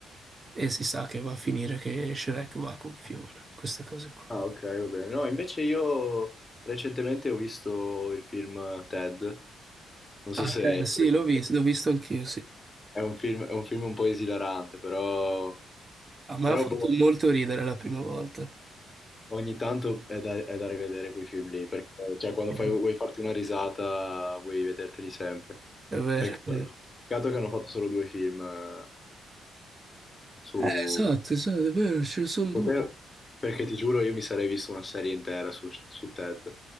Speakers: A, on the right (about 30°); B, on the left (about 20°).
A: e si sa che va a finire che Shrek va con Fiona, queste cose qua.
B: Ah, ok, va bene. No, invece io recentemente ho visto il film Ted, non so
A: Ah,
B: se...
A: te,
B: Eh,
A: sì, l'ho visto, l'ho visto anch'io, sì.
B: È un film, è un film un po' esilarante, però...
A: A me
B: Però
A: ha fatto
B: boh,
A: molto ridere la prima volta.
B: Ogni tanto è da, è da rivedere quei film lì, perché cioè, quando
A: Sì.
B: fai- vuoi farti una risata vuoi vederteli sempre.
A: È vero,
B: Peccato,
A: è vero.
B: peccato che hanno fatto solo due film eh, su...
A: Eh, esatto, esatto, è vero, ce ne sono due.
B: Potev- Perché ti giuro io mi sarei visto una serie intera su, su Ted.